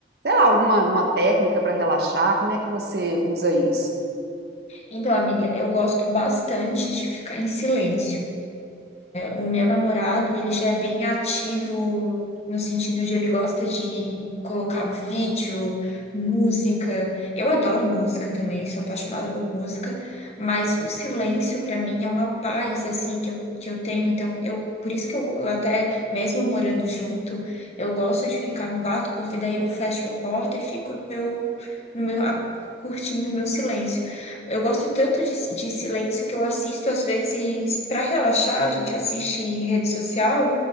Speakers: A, on the right; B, on the left.
A: sei lá, alguma uma técnica para relaxar? Como é que você usa isso?
B: Então, amiga, eu gosto bastante de ficar em silêncio. o meu namorado, ele já é bem ativo no sentido de ele gosta de colocar um vídeo, música. Eu adoro música também, sou apaixonada por música, mas o silêncio para mim é uma paz assim que eu, que eu tenho, então eu por isso que eu eu até mesmo morando junto, eu gosto de ficar no quarto porque daí eu fecho a porta e fico no meu, no meu a- curtindo o meu silêncio. Eu gosto tanto de, de silêncio que eu assisto, às vezes, para relaxar, a gente assiste em rede social.